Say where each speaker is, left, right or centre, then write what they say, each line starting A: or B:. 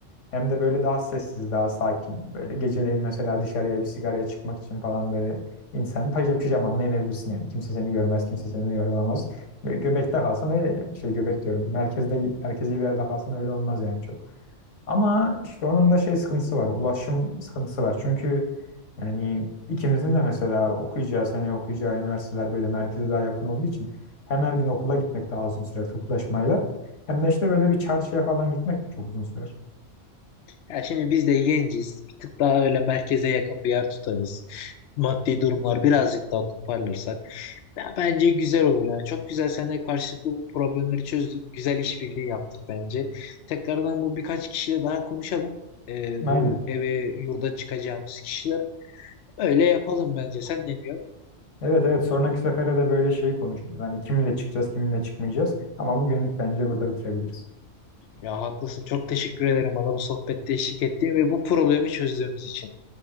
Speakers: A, on the left; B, on the left.
A: hem de böyle daha sessiz, daha sakin. Böyle geceleyin mesela dışarıya bir sigaraya çıkmak için falan böyle insan pija pijamanla inebilirsin yani. Kimse seni görmez, kimse seni yorgulamaz. Böyle göbekte kalsan öyle yani. Şey göbek diyorum. Merkezde merkezi bir yerde kalsan öyle olmaz yani çok. Ama işte onun da şey sıkıntısı var. Ulaşım sıkıntısı var. Çünkü yani ikimizin de mesela okuyacağı seneye okuyacağı üniversiteler böyle merkeze daha yakın olduğu için hem her gün okula gitmek daha uzun sürer toplu taşımayla hem de işte böyle bir çarşıya falan gitmek de çok uzun sürer.
B: Ya şimdi biz de genciz. Bir tık daha öyle merkeze yakın bir yer tutarız. Maddi durumlar birazcık daha toparlarsak. Ya bence güzel olur. Yani çok güzel seninle karşılıklı bu problemleri çözdük. Güzel işbirliği yaptık bence. Tekrardan bu birkaç kişiyle daha konuşalım. Ee,
A: Aynen.
B: bu eve yurda çıkacağımız kişiler. Öyle yapalım bence. Sen ne diyorsun?
A: Evet evet sonraki sefere de böyle şey konuşuruz. Hani kiminle çıkacağız kiminle çıkmayacağız. Ama bugünlük bence burada bitirebiliriz.
B: Ya haklısın. Çok teşekkür ederim bana bu sohbette eşlik ettiğin ve bu problemi çözdüğümüz için.